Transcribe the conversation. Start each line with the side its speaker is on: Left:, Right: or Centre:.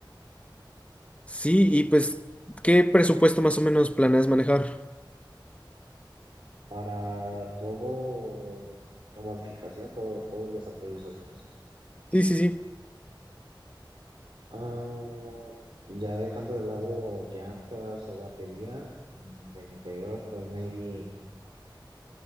Left: Sí, y pues, ¿qué presupuesto más o menos planeas manejar?
Right: Para todo la modificación, todo, todas las actualizaciones.
Left: Sí, sí, sí.
Right: Ah, ya dejando de lado llantas o batería mm, del interior, pues maybe